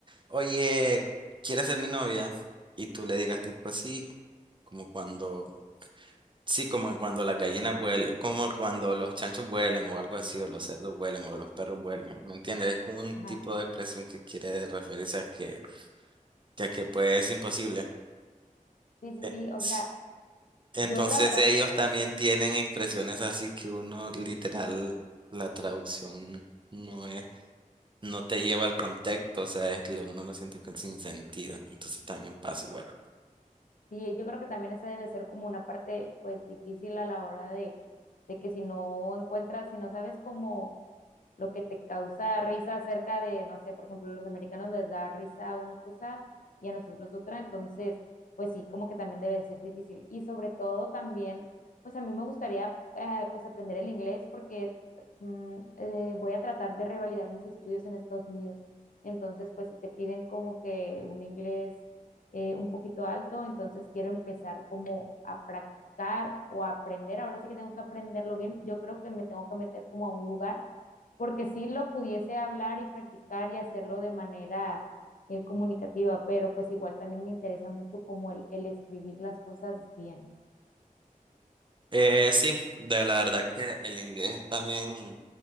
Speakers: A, on the right; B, on the left.
A: oye, ¿quieres ser mi novia? Y tú le digas tipo así, como cuando Sí, como cuando las gallinas vuelan, como cuando los chanchos vuelan o algo así, o los cerdos vuelan o los perros vuelan, ¿me entiendes? Es como un tipo
B: Ajá.
A: de expresión que quiere referirse a que, que, a que pues es imposible.
B: Sí, sí,
A: Eh,
B: sí. O
A: sí.
B: sea,
A: Entonces
B: yo la verdad
A: ellos también tienen expresiones así que uno literal, la traducción no es, no te lleva al contexto, o sea, es lo, uno lo siente con- sin sentido, entonces también pasa igual.
B: Sí, yo creo que también esa debe ser como una parte pues difícil a la hora de, de que si no encuentras, si no sabes cómo lo que te causa risa acerca de, no sé, por ejemplo, los americanos les da risa a una cosa y a nosotros otra, entonces, pues sí, como que también debe de ser difícil. Y sobre todo también, pues a mí me gustaría eh, pues aprender el inglés porque mm, eh, voy a tratar de revalidar mis estudios en Estados Unidos. Entonces, pues si te piden como que un inglés eh, un poquito alto, entonces quiero empezar como a practicar o a aprender. Ahora sí que tengo que aprenderlo bien. Yo creo que me tengo que meter como a un lugar porque sí lo pudiese hablar y practicar y hacerlo de manera eh, comunicativa, pero pues igual también me interesa mucho como el, el escribir las cosas bien.
A: Eh, sí, de la verdad que el inglés también,